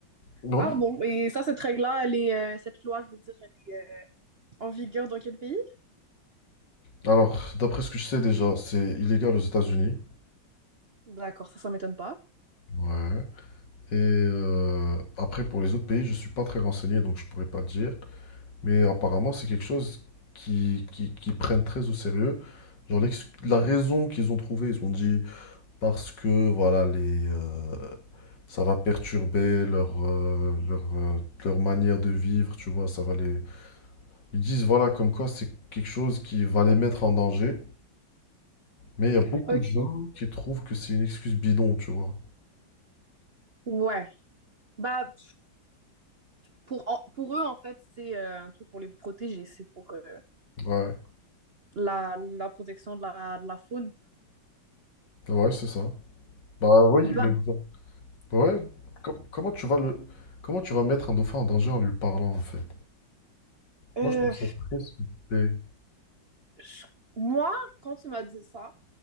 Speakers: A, on the left; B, on the right.
A: Ouais.
B: Ah bon, et ça, cette règle-là, elle est, euh, cette loi, je veux dire, elle est euh, en vigueur dans quel pays?
A: Alors, d'après ce que je sais déjà, c'est illégal aux États-Unis.
B: D'accord, ça, ça m'étonne pas.
A: Ouais. Et euh, après, pour les autres pays, je suis pas très renseigné, donc je pourrais pas te dire. Mais apparemment, c'est quelque chose qui, qui, qui prennent très au sérieux. Genre, l'ex- la raison qu'ils ont trouvée, ils ont dit parce que voilà, les, euh, Ça va perturber leur, euh, leur, euh, leur manière de vivre, tu vois, ça va les... Ils disent, voilà, comme quoi c'est quelque chose qui va les mettre en danger, mais il y a beaucoup
B: Ok.
A: de gens qui trouvent que c'est une excuse bidon, tu vois.
B: Ouais. Bah, pour, en- pour eux, en fait, c'est euh, un truc pour les protéger, c'est pour euh,
A: Ouais,
B: la, la protection de la, de la faune.
A: ouais, c'est ça. Bah oui,
B: Bah,
A: mais... bon, Ouais, com- comment tu vas le... Comment tu vas mettre un dauphin en danger en lui parlant, en fait?
B: euh,
A: Moi, je trouve ça très suspect.
B: je- moi, quand tu m'as dit ça,